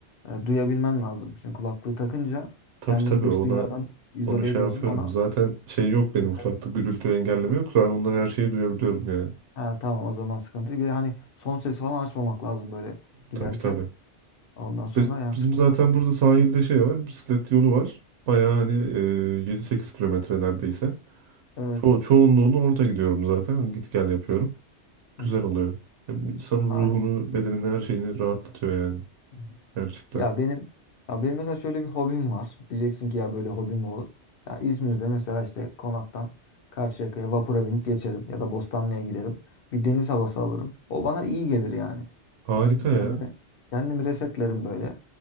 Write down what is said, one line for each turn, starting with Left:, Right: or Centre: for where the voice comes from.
Left: e, duyabilmen lazım. Çünkü kulaklığı takınca
Right: tabii
Left: kendini
Right: tabii
Left: dış
Right: ona
Left: dünyadan izole
Right: onu şey
Left: ediyorsun.
Right: yapıyorum.
Left: Ona
Right: Zaten şey yok benim
Left: dikkat.
Right: kulakta
Left: et.
Right: gürültü engelleme yok. Zaten onları her şeyi duyabiliyorum yani.
Left: Ha, tamam o zaman sıkıntı değil. Bir de hani son sesi falan açmamak lazım böyle giderken.
Right: Tabii tabii.
Left: Ondan sonra
Right: Biz,
Left: yani
Right: bizim
Left: sıkıntı
Right: zaten
Left: olabilir.
Right: burada sahilde şey var, bisiklet yolu var. Bayağı hani e, 7-8 kilometre neredeyse.
Left: Evet.
Right: Ço çoğunluğunu orada gidiyorum zaten. Git gel yapıyorum. Güzel
Left: Hı hı.
Right: oluyor. Hem insanın
Left: Aynen.
Right: ruhunu, bedenini, her şeyini rahatlatıyor yani.
Left: Hı hı.
Right: Gerçekten.
Left: Ya benim ya benim mesela şöyle bir hobim var. Diyeceksin ki ya böyle hobi mi olur? Ya İzmir'de mesela işte Konak'tan Karşıyaka'ya vapura binip geçerim ya da Bostanlı'ya giderim. Bir deniz havası alırım. O bana iyi gelir yani.
Right: Harika
Left: Kendimi,
Right: ya.
Left: kendimi resetlerim böyle.